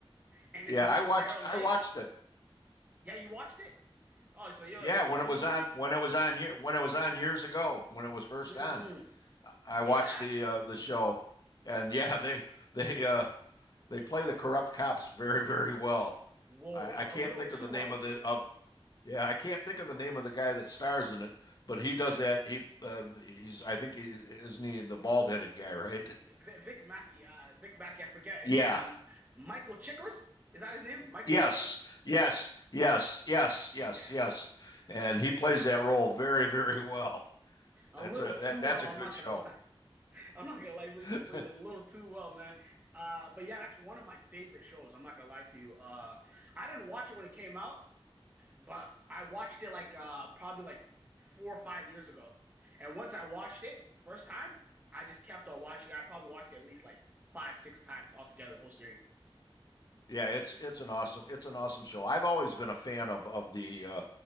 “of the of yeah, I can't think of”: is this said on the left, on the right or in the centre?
Left